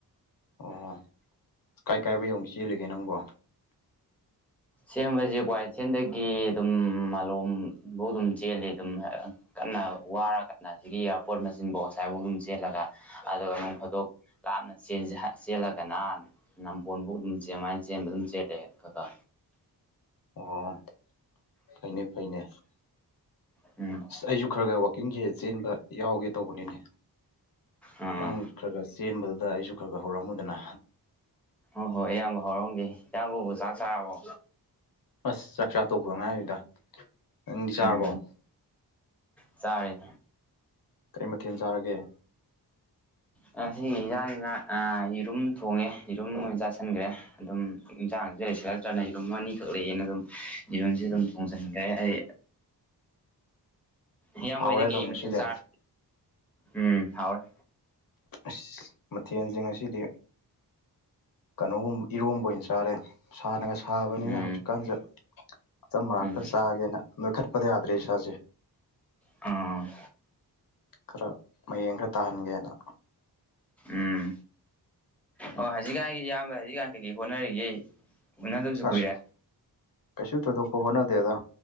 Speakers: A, on the left (about 55°); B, in the centre.
A: ꯑꯣ ꯀꯥꯏ ꯀꯥꯏꯕꯧ ꯌꯧꯅ ꯆꯦꯜꯂꯤꯒꯦ ꯅꯪꯕꯣ꯫
B: ꯁꯦꯝꯕꯁꯦ ꯀ꯭ꯋꯥ ꯏꯊꯦꯟꯗꯒꯤ ꯑꯗꯨꯝ ꯃꯥꯂꯣꯝꯐꯧ ꯑꯗꯨꯝ ꯆꯦꯜꯂꯤ ꯑꯗꯨꯝ ꯀꯟꯅ ꯋꯥꯔ ꯀꯥꯟꯗ ꯁꯤꯒꯤ ꯏꯌꯥꯔꯄꯣꯔꯠ ꯃꯆꯤꯟꯐꯥꯎ ꯑꯁꯥꯏꯐꯥꯎ ꯑꯗꯨꯝ ꯆꯦꯜꯂꯒ ꯑꯗꯨꯒ ꯅꫭꯡꯐꯥꯗꯣꯛ ꯂꯥꯞꯅ ꯆꯦꯟꯖꯦ ꯆꯦꯜꯂꯒꯅ ꯅꯝꯄꯣꯟꯕꯨ ꯑꯗꯨꯝ ꯆꯦꯟꯃꯥꯏꯅ ꯆꯦꯟꯕ ꯑꯗꯨꯝ ꯆꯦꯟꯂꯦ ꯈꯈ꯫
A: ꯑꯣ ꯐꯩꯅꯦ ꯐꯩꯅꯦ꯫
B: ꯎꯝ
A: ꯑꯁ ꯑꯩꯁꯨ ꯈꯔ ꯈꯔ ꯋꯥꯛꯀꯤꯡꯁꯦ ꯆꯦꯟꯕ ꯌꯥꯎꯒꯦ ꯇꯧꯕ꯫ ꯅꯤꯅꯦ
B: ꯑꯥ
A: ꯅꯪ ꯈꯔ ꯈꯔ ꯆꯦꯟꯕꯗꯨꯗ ꯑꯩꯁꯨ ꯈꯔ ꯈꯔ ꯍꯧꯔꯝꯃꯨꯗꯅ꯫
B: ꯍꯣꯏ ꯍꯣꯏ ꯑꯌꯥꯝꯕ ꯍꯧꯔꯝꯒꯦ ꯏꯌꯥꯝꯕꯕꯨ ꯆꯥꯛ ꯆꯥꯔꯕꯣ
A: ꯑꯁ ꯆꯥꯛ ꯆꯥ ꯇꯣꯛꯄꯗ ꯉꯥꯏꯔꯤꯗ ꯅꯪꯗꯤ ꯆꯥꯔꯕꯣ
B: ꯎꯝ ꯆꯥꯔꯦ
A: ꯀꯔꯤ ꯃꯊꯦꯜ ꯆꯥꯔꯒꯦ
B: ꯉꯁꯤ ꯏꯟꯖꯥꯡꯖꯤꯅ ꯑꯥ ꯌꯦꯔꯨꯝ ꯊꯣꯡꯉꯦ ꯌꯦꯔꯨꯝ ꯑꯣꯏꯅ ꯆꯥꯁꯤꯟꯒ꯭ꯔꯦ ꯑꯗꯨꯝ ꯏꯟꯖꯥꯡꯖꯦ ꯂꯩꯁꯤꯜꯂꯛꯇ꯭ꯔꯥꯅ ꯌꯦꯔꯨꯝ ꯑꯅꯤꯈꯛ ꯂꯩꯌꯦꯅ ꯑꯗꯨꯝ ꯌꯦꯔꯨꯝꯖꯦ ꯑꯗꯨꯝ ꯊꯣꯡꯖꯟꯒ꯭ꯔꯦ ꯑꯩ ꯏꯌꯥꯝꯕꯩꯗꯤ
A: ꯍꯥꯎꯔꯦ ꯑꯗꯨꯝ
B: ꯀꯩ
A: ꯉꯁꯤꯗꯤ
B: ꯃꯊꯦꯜ ꯆꯥꯔꯦ ꯎꯝ ꯍꯥꯎꯔꯦ
A: ꯑꯁ ꯃꯊꯦꯜꯖꯦ ꯉꯁꯤꯗꯤ ꯀꯩꯅꯣꯒꯨꯝ ꯏꯔꯣꯝꯕ ꯑꯣꯏꯅ ꯆꯥꯔꯦ ꯁꯥꯅꯒ ꯁꯥꯕꯅꯤꯅ
B: ꯎꯝ
A: ꯍꯧꯖꯤꯛꯀꯥꯟꯖꯦ ꯑꯆꯝ ꯑꯔꯥꯛ
B: ꯎꯝ
A: ꯈꯔ ꯆꯥꯒꯦꯅ ꯅꯣꯏ ꯈꯠꯄꯗ ꯌꯥꯗ꯭ꯔꯦ ꯏꯁꯥꯖꯦ
B: ꯎꯝ
A: ꯈꯔ ꯃꯌꯦꯡ ꯈꯔ ꯇꯥꯍꯟꯒꯦꯅ
B: ꯎꯝ ꯑꯣ ꯍꯧꯖꯤꯛꯀꯥꯟꯒꯤ ꯏꯌꯥꯝꯕ ꯍꯧꯖꯤꯛꯀꯥꯟ ꯀꯩꯀꯩ ꯍꯣꯠꯅꯔꯤꯒꯦ ꯎꯅꯗꯕꯁꯨ
A: ꯑꯁ
B: ꯀꯨꯏꯔꯦ
A: ꯀꯩꯁꯨ ꯊꯣꯏꯗꯣꯛꯄ ꯍꯣꯠꯅꯗꯦꯗ